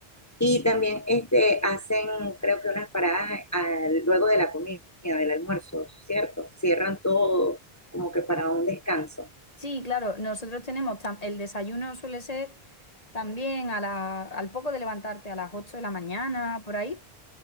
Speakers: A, on the left; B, on the left.
A: Y
B: Y
A: también este, hacen, creo que unas paradas eh, al- luego de la comida, del almuerzo, ¿cierto? Cierran todo como que para un descanso,
B: sí, claro, nosotros tenemos, tam- el desayuno suele ser también a la- al poco de levantarte a las 8 de la mañana, por ahí,